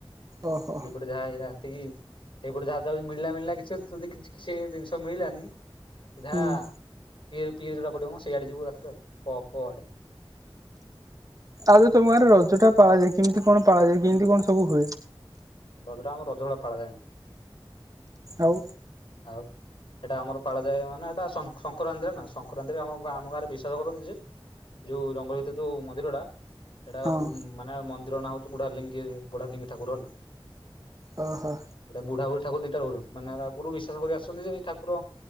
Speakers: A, on the right; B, on the left.
A: ଓହୋ
B: ଏପଡେ ଯାହା ହେଇ ହେତିକି। ସେଇପଟେ ଯାହା ଯ ମିଳିଲା ମିଳିଲା କିଛି ଯଦି କିଛି ଜିନିଷ ମିଳିଲା ସିଧା।
A: ହୁଁ
B: ପ ପି ଯୋଟା ପଡିବ ସେଇଆଡେ ଯିବୁ ପ ଆଡେ।
A: ଆରେ ତମର ରଜଟା ପାଳା ଯାଏ କେମିତି କଣ ପାଳା ଯାଏ କେମିତି କଣ ସବୁ ହୁଏ?
B: ରଜଟା ଆମ ରଜ ଭଳି ପାଳା ପାଳା ଯାଏନି।
A: ଆଉ।
B: ଆଉ। ଏଇଟା ଆମର ପାଳାଯାଏ ମାନେ ଏଇଟା ସଂକ୍ରାନ୍ତିରେ ନା ସଂକ୍ରାନ୍ତିରେ ଆମ ଆମ ଗାଁରେ ବିଶାସ କରନ୍ତି ଯେ। ଯୋଉ ଜଙ୍ଗଲ ଭିତ ଯୋଉ ମନ୍ଦିରଟା। ଏଇଟା
A: ହଁ
B: ମାନେ ମନ୍ଦିର ନାଁ ହଉଛି ବୁଢାଲିଙ୍ଗ ବୁଢାଲିଙ୍ଗୀ ଠାକୁର ହେଲା।
A: ଓହୋ।
B: ଏଟ ବୁଢ ବୁଢୀଠାକୁ ଦିଟ ରହୁ ମାନେ ଆଗରୁ ବିଶ୍ଵାସ କରି ଆସୁଛନ୍ତି ଏଇ ଠାକୁର।